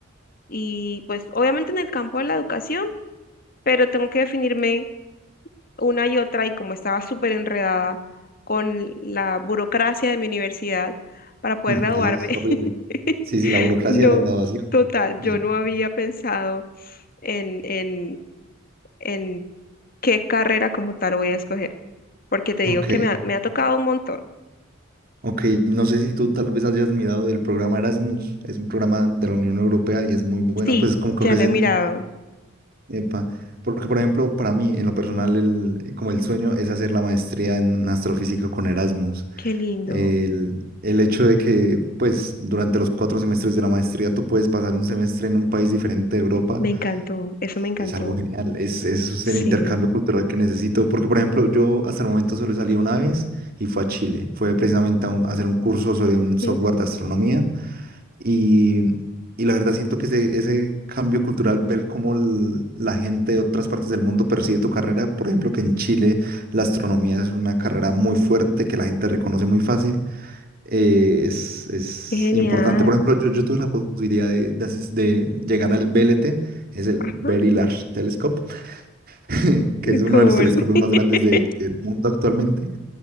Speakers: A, on the left; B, on the right.
A: y pues obviamente en el campo de la educación, pero tengo que definirme una y otra y como estaba súper enredada con la burocracia de mi universidad para poder
B: Mm,
A: graduarme.
B: Eso es horrible.
A: <laughs>
B: Sí, sí, la burocracia
A: No,
B: de la graduación.
A: total,
B: Es-
A: yo no había pensado en, en, en qué carrera como tal voy a escoger, porque te digo
B: Ok.
A: que me ha, me ha tocado un montón.
B: Ok, no sé si tú tal vez hayas mirado el programa Erasmus, es un programa de la Unión Europea y es muy bueno,
A: Sí,
B: pues como que
A: ya
B: ofrecen,
A: lo he mirado.
B: epa, porque por ejemplo, para mí, en lo personal, el, eh, como el sueño es hacer la maestría en astrofísica con Erasmus.
A: Qué lindo,
B: El, el hecho de que, pues, durante los cuatro semestres de la maestría tú puedes pasar un semestre en un país diferente de Europa
A: me encantó, eso me encantó.
B: es algo genial, es, es el
A: Sí,
B: intercambio cultural que necesito, porque por ejemplo yo hasta el momento solo salí una vez y fue a Chile, fue precisamente
A: sí,
B: a, un- a hacer un curso sobre un software
A: sí,
B: de astronomía y, y la verdad siento que ese, ese cambio cultural, ver cómo l- la gente de otras partes del mundo percibe tu carrera, por ejemplo que en Chile la astronomía es una carrera muy fuerte que la gente reconoce muy fácil, eh, es, es
A: qué genial.
B: importante. Por ejemplo, yo, yo tuve la posibilidad de, de asis- de llegar al BLT, es el
A: Ajá,
B: Very Large Telescope <laughs> que es uno
A: cool.
B: de los telescopios
A: <laughs>
B: más grandes de- del mundo actualmente.